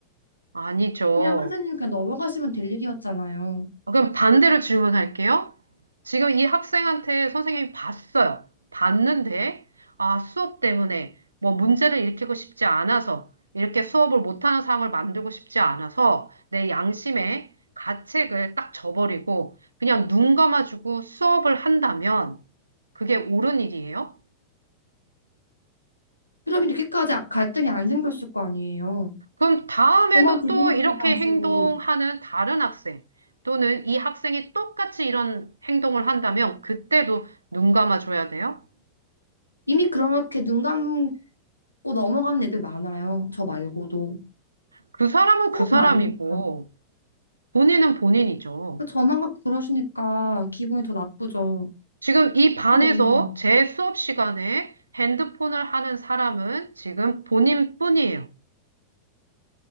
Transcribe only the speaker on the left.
그냥 선생님 그냥 넘어가시면 될 일이었잖아요.
그럼 이렇게까지 아- 갈등이 안 생겼을 거 아니에요.
저만 기분
나쁘게
하시고
이미 그렇게 눈 감고 넘어가는 애들 많아요. 저 말고도.
더
많아요.
저만 갖고 그러시니까 기분이 더 나쁘죠.
그래요.